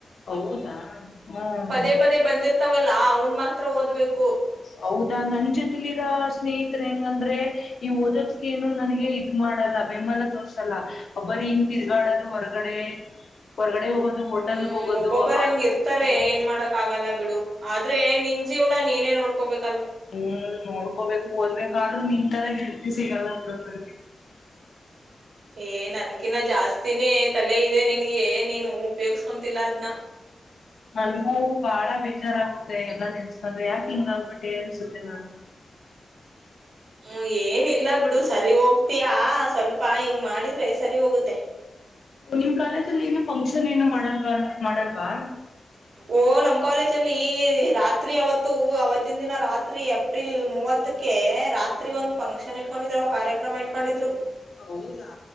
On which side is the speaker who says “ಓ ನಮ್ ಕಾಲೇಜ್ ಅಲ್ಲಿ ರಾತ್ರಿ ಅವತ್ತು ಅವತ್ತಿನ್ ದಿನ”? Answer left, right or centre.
Right